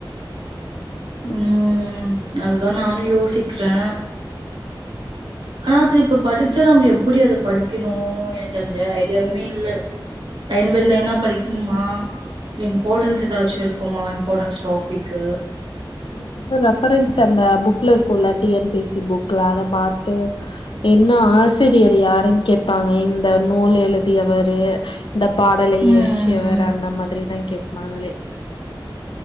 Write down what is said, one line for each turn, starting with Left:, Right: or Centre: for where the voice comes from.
Right: ம் அதுதா நானூ யோசிக்றே ஆனா அது இப்ப படிச்சா நம்ம எப்டி அதுப் படிக்கணு எனக்கெந்த ஐடியாவுமேல்ல லைன் பை லைனா படிக்கணுமா நிம்பார்ட்டன்ஸ் ஏதாச்சுருக்குமா இம்பார்ட்டன்ஸ் டாபிக்கு
Left: அதுக் ரெஃபரன்ஸ் அந்த புக்ல இருக்கோல டி என் பி சி புக்ல அத பாத்து என்ன ஆசிரியர் யாருன் கேப்பாங்க இந்த நூல் எழுதியவரு இந்த பாடலை இயற்றியவர்
Right: ம்.
Left: அந்த மாத்ரிதா கேப்பாங்களே